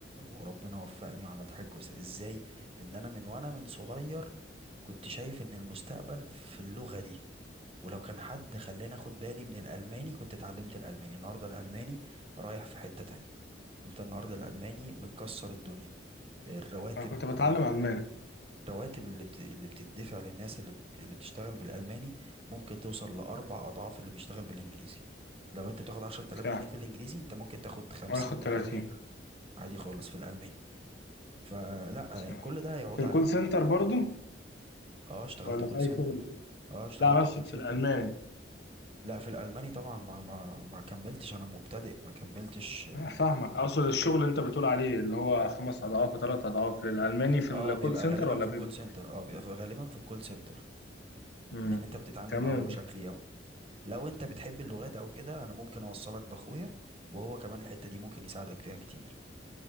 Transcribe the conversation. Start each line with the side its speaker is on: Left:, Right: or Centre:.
Right: وربنا وفقني وعملت حاجه كويسه ازاي بان انا من وانا من صغير كنت شايف ان المستقبل في اللغه دي ولو كان حد خلاني اخد بالي من الالماني كنت اتعلمت الالماني النهارده الالماني رايح في حتة تانية انت النهارده الالماني مكسر الدنيا الرواتب
Left: أنا كنت بتعلم
Right: لن...
Left: ألماني
Right: الرواتب اللي بت... اللي بتدفع للناس اللي بت... اللي بتشتغل بالالماني ممكن توصل لاربع اضعاف اللي بيشتغل بالانجليزي لو انت بتاخد عشرة آلاف
Left: ساعة
Right: جنيه في الانجليزي انت ممكن تاخد خمسين
Left: وآخد
Right: او
Left: 30
Right: اربعين الف عادي خالص في الالماني فلا
Left: ساعة.
Right: كل ده هيعود
Left: في الكول
Right: عليك
Left: سنتر
Right: بفائدة
Left: برضو
Right: اه اشتغلت
Left: ولا
Right: كول
Left: في أي
Right: سنتر
Left: شغل حكومي؟
Right: اه اشتغلت
Left: لا أنا أقصد
Right: كول
Left: في
Right: سنتر
Left: الألماني
Right: لا في الالماني طبعا ما ما ما كملتش انا مبتدئ ما كملتش
Left: أنا فاهمك أقصد الشغل اللي أنت بتقول عليه اللي هو خمس أضعاف وثلاث أضعاف للألماني في
Right: اه
Left: الكول
Right: بيبقى
Left: سنتر
Right: غالبا
Left: ولا
Right: في
Left: بيبقى
Right: الكول سنتر اه بيبقى في غالبا في الكول سنتر
Left: مم.
Right: لان انت بتتعامل
Left: تمام
Right: معاهم بشكل يومي لو انت بتحب اللغات او كده انا ممكن اوصلك باخويا وهو كمان الحتة دي ممكن يساعدك فيها كتير